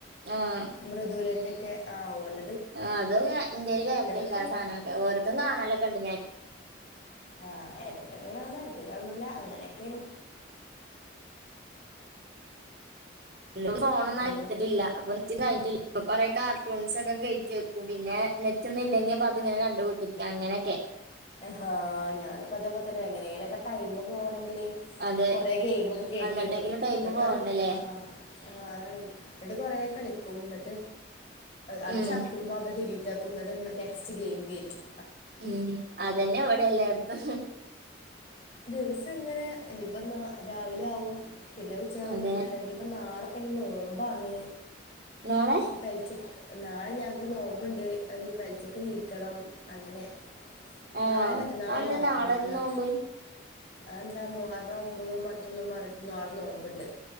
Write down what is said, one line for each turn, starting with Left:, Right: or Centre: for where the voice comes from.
Right: ആഹ്
Left: മൃദുലന്റെയൊക്കെ ആവുമല്ലോ
Right: അതും ഇന്ത്യൽ വരല ഇണ്ടാ
Left: ഇപ്പം
Right: സാധനൊക്കെ ഓരോത്തും കാണാനൊക്കെ ഉണ്ട് ഞാന്
Left: ആഹ് ഇടയ്ക്കൊക്കെ കാണാ ഇടയ്ക്ക് കാന്നൂല അങ്ങനെയൊക്കെയാണ്
Right: എ ഫോണൊന്നും
Left: അങ്ങനെയൊക്കെ
Right: എടുത്തിട്ടില്ല അപ്പൊ കിട്ടില്ല കൊറെേ കാർട്ടൂൺസ് ഒക്കെ കയറ്റി പിന്നെ നെച്ചന്ന ഇല്ലങ്കിപ്പ അത്ങ്ങനെ കണ്ടുകുത്തിരിക്കാം അങ്ങനെയൊക്കെ
Left: ഹാ ഞാനിപ്പ അതേ പത്തേ എങ്ങനെേലൊക്കെ ടൈം പോകണെങ്കില്
Right: അതെ
Left: കൊറെ ഗെയിം ഒക്കെ കേറ്റി
Right: വന്നിട്ടെങ്കിലും
Left: വെക്കും
Right: ടൈമ്
Left: എന്നിട്ട്
Right: പോകണ്ടല്ലേ
Left: അതി ആഹ് ആഹ് അതാണ് എന്നിട്ട് കൊറെേ കളിക്കും എന്നിട്ട് അത്
Right: ഉം
Left: ചേർക്കുമ്പോ അത് ഡിലീ ലീറ്റ് ആക്കും നെസ്റ്റ് ഗയിം കേറ്റും
Right: ഉം അതന്നെ അവിടെ എല്ലായിടത്തും
Left: ദിവസം ഇങ്ങനെ ഇയിപ്പ എന്നാ രാവിലെ ആവും പിന്നെ ഉച്ച ആവും
Right: അതെ
Left: വൈകുന്നേരം അവ അപ്പൊ നാളെപ്പിന്നെ നോമ്പാണ്
Right: നാളെ
Left: പലിച്ചക്ക് നാളെ ഞങ്ങൾക്ക് നോമ്പുണ്ട് അതിന് പലിച്ചക്ക് നീക്കണം അങ്ങനെ
Right: ആണോ
Left: നാളെ മറ്റന്നാള
Right: അതെന്താ
Left: നോ
Right: നാളെ
Left: ആഹ്
Right: ഒരു
Left: എന്നാ
Right: നോമ്പ്
Left: ആഹ് എന്താ മൊഹറം ഒമ്പതും പത്തൊന്നും പറഞ്ഞിട്ടന്ന് നാളെ നോമ്പിണ്ട്